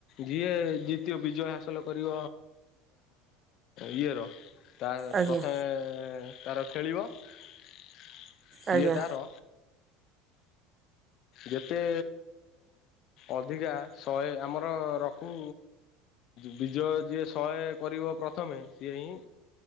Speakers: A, on the left; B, on the right.
A: ଯିଏ ଜିତିବ ବିଜୟ ହାସଲ କରିବ ଇଏର- ତା
B: ଆଜ୍ଞା
A: ପ୍ରଥମେ
B: ଆଜ୍ଞା
A: ତାର ଖେଳିବ। ସିଏ
B: ଆଜ୍ଞା
A: ତାର ଯେତେ ଅଧିକା ଶହେ ଆମର ରଖୁ ବିଜୟ, ଯିଏ ଶହେ କରିବ ପ୍ରଥମେ ସିଏ ହିଁ